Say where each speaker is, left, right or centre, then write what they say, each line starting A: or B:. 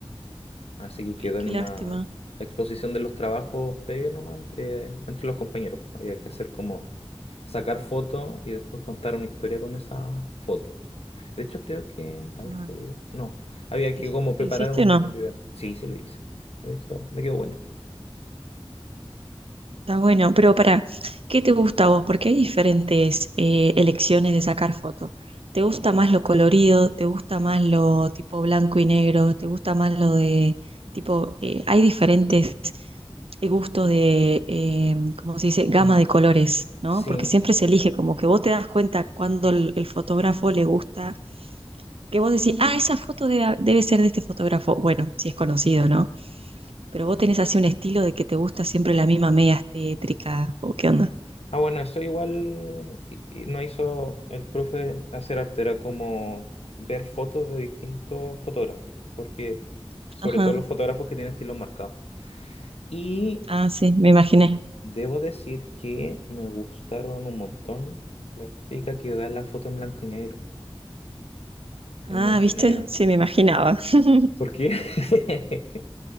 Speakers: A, on the left; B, on the right.
A: Así que quedó
B: Ay,
A: en
B: qué
A: una
B: lástima.
A: exposición de los trabajos previos nomás eh, entre los compañeros. Había que hacer como sacar fotos y después contar una historia con esa foto. De hecho, creo que. A ver,
B: Ah,
A: fue video. No, había que
B: ¿lo hic-
A: como preparar
B: lo hiciste
A: un
B: o no?
A: video. Sí, sí lo hice. Y me quedó, me quedó bueno.
B: Está bueno, pero para, ¿qué te
A: Mm.
B: gusta a vos? Porque hay diferentes eh, elecciones de sacar foto. ¿Te gusta más lo colorido? ¿Te gusta más lo tipo blanco y negro? ¿Te gusta más lo de tipo, eh, hay diferentes eh, gustos de, eh, ¿cómo se dice? Gama
A: Mm.
B: de colores, ¿no?
A: Sí.
B: Porque siempre se elige, como que vos te das cuenta cuando el, el fotógrafo le gusta, que vos decís, ah, esa foto debe, debe ser de este fotógrafo. Bueno, si es conocido, ¿no? Pero vos tenés así un estilo de que te gusta siempre la misma media tétrica, ¿o qué onda?
A: Ah, bueno, eso igual y- y no hizo el profe hacer arte, era como ver fotos de distintos fotógrafos, porque sobre
B: Ajá.
A: todo los fotógrafos que tienen estilos marcados. Y
B: Ah, sí, me imaginé.
A: debo decir que me gustaron un montón la estética que da la foto en blanco y negro. En
B: Ah,
A: blanco
B: ¿viste?
A: y negro.
B: Sí, me imaginaba. <laughs>
A: ¿Por qué? <laughs>